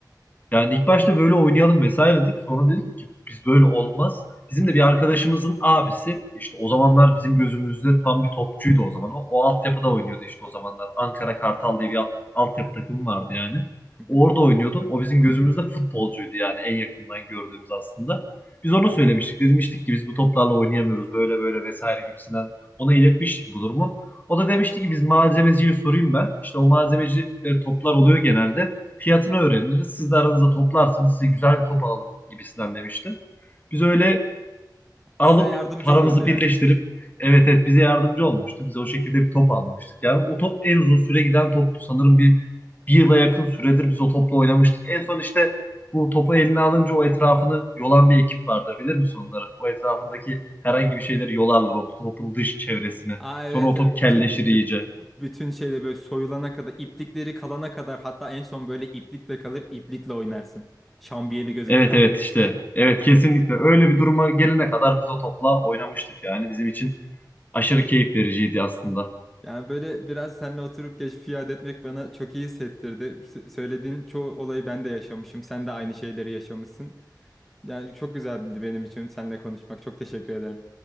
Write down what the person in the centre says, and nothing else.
Hı hı.
Size yardımcı
oluyordu yani.
Aa
evet,
evet
bütün
büt- bütün şeyle böyle soyulana kadar iplikleri kalana kadar hatta en son böyle iplikle kalır iplikle oynarsın. Şambiyeli gözükür
Yani böyle biraz seninle oturup geçmişi yad etmek bana çok iyi hissettirdi. Sö- Söylediğin çoğu olayı ben de yaşamışım. Sen de aynı şeyleri yaşamışsın. Yani çok güzeldi benim için seninle konuşmak. Çok teşekkür ederim.